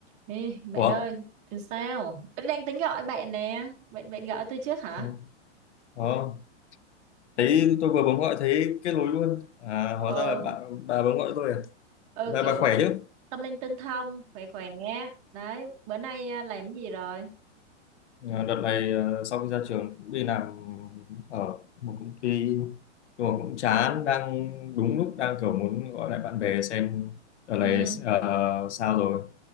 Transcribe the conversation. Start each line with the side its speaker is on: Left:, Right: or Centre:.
Right: Ê, bạn
Left: Ủa?
Right: ơi, sao? Vẫn đang tính gọi bạn nè. Bạn bạn gọi tôi trước hả?
Left: Ừ. Ờ, thấy tôi vừa bấm gọi thấy kết nối luôn. À,
Right: Ờ,
Left: hóa ra là bà, bà bấm gọi tôi à?
Right: ờ
Left: Dạ,
Right: kiểu
Left: bà khỏe chứ?
Right: tâm linh tương thông, khỏe khỏe. Đấy, bữa nay à, làm cái gì rồi?
Left: À, đợt này ờ, sau khi ra trường cũng đi làm ở một công ty nhưng mà cũng chán đang đúng lúc đang kiểu muốn gọi lại bạn bè xem đợt này
Right: Ừ,
Left: ờ, sao rồi.